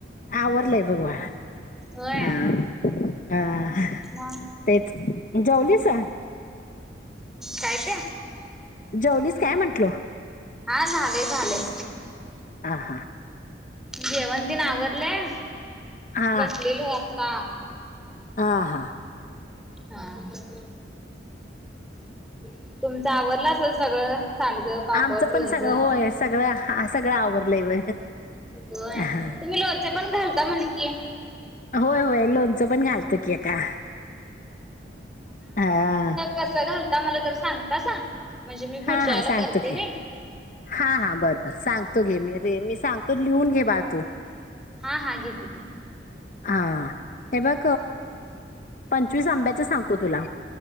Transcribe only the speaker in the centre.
होय
मग
काय ते?
हा, झालय झालय.
जेवण तेन आवरलय,
बसलेलो आता.
हा <unintelligible> <inaudible> तुमच आवरल असेल सगळं, सांडगं, पापड,
लोणचं.
होय,
तुम्ही लोणचे पण घालता म्हण की.
कस घालता मला तर सांगतासा? म्हणजे मी पुढच्यावेळेले
करते
ना.
हा हा, घेते की.